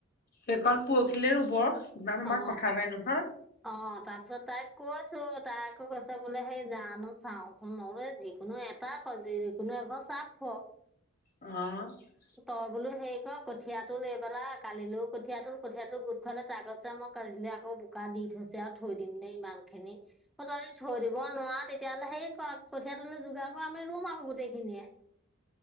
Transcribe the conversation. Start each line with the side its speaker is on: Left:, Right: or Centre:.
Left: সেইকণ পৰহিলে ৰুব, ইমান আমাৰ
Centre: অ
Left: কথা নাই নহয়।
Centre: অ', তাৰপিছত তাইক কৈছোঁ, তাই আকৌ কৈছে বোলে, হেই জানো চাওঁচোন। মই বোলোঁ যিকোনো এ তাক' যিকোনো এঘৰৰ চাপ হওঁক।
Left: <unintelligible>
Centre: তই বোলো হেৰি কৰ ক কঠীয়াটোল এবেলা, কালিলৈও কঠীয়াটোল কঠীয়াটো গোট খুৱাই ল'। তাই কৈছে মই কাইলে আকৌ বোকা বোকা দি থৈছে আৰু, থৈ দিম নে ইমান খিনি। তই যদি থৈ দিব নোৱাৰ, তেতিয়াহ'লে হেইকৰ কঠিয়া তলি যোগাৰ কৰ, আমি ৰুম আকৌ গোটেইখিনিয়ে।